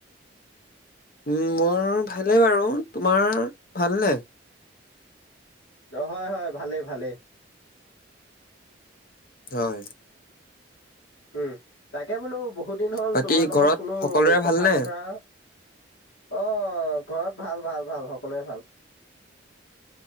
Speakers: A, on the left; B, on the left.
A: উম, মোৰ ভালেই বাৰু, তোমাৰ ভালনে?
B: হয়, হয়, ভালেই ভালেই।
A: হয়।
B: উম, তাকে বোলো বহুত দিন হ'ল
A: বাকী
B: তোমাৰ লগত
A: ঘৰত
B: কোনো
A: সকলোৰে
B: কথা
A: ভালনে
B: বতৰা অ', ঘৰত ভাল ভাল ভাল সকলোৱে ভাল।